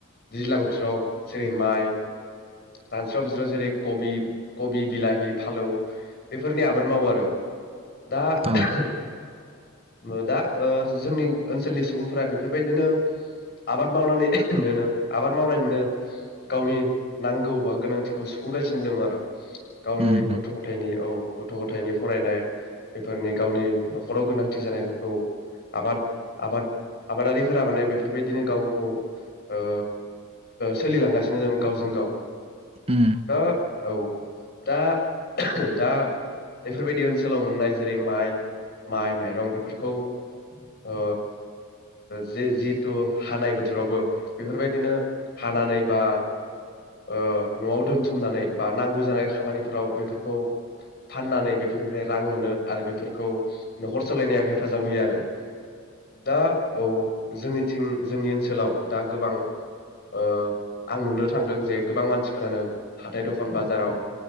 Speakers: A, on the left; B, on the right.
A: दैज्लां बोथोराव जेरै माइ रानस्राव बोथोराव जेरै कबि कबि बिलाहि फालौ बेफोरनि आबाद मावो आरो दा <unintelligible>
B: औ
A: ओ दा जोंनि ओनसोलनि सुबुंफोरा बेफोरबायदिनो आबाद मावनानैनोनो आबाद मावनानैनो गावनि नांगौ बा गोनांथिखौ सुफुंगासिनो दं आरो गावनि
B: उम उम
A: गथ' गथायनि औ गथ' गथायाइनि फरायनाय बेफोरनि गावनि नखराव गोनांथि जानायफोरखौ आबाद आबाद आबादारिफोरा माने बेफोरबायदिनो गावखौ ओ सोलिलांगासिनो दं गावजों गाव
B: उम
A: दा औ दा दा बेफोरबायदि ओनसोलाव मोननाय जेरै माइ माइ माइरं बेफोरखौ ओ जे जिहेथु हानाय बोथोरावबो बेफोरबायदिनो हानानै बा ओ न'आव दोनथुमनानै बा नांगौ जानाय खामानिफोराव बेफोरखौ फाननानै बेफोरनिफ्राय रां मोनो आरो बेफोरखौ नखर सलायनायाव हेफाजाब होयो आरो दा औ जोंनि थिं जोंनि ओनसोलाव दा गोबां ओ आं नुनो थांदों जे गोबां मानसिफोरानो हाथाइ दखान बाजाराव